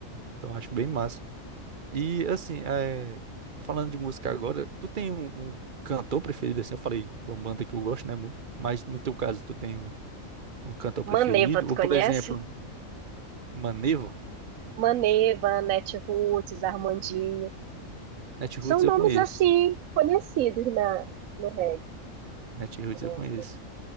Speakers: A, on the right; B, on the right.
A: Então acho bem massa. E assim, é, falando de música agora, tu tem um, um cantor preferido assim? Eu falei, é uma banda que eu gosto, né, muito. Mas no teu caso, tu tem um, um cantor preferido?
B: Maneva, tu
A: Ou, por
B: conhece?
A: exemplo, Maneva?
B: Maneva, Netroots, Armandinho,
A: Natiruts
B: são
A: eu
B: nomes
A: conheço.
B: assim conhecidos na, no reggae.
A: Natiruts
B: Nossa,
A: eu conheço.